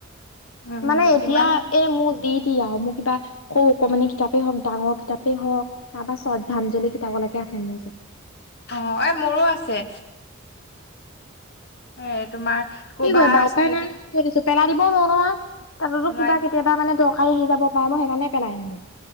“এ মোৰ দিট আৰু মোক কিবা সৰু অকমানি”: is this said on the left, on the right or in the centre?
Left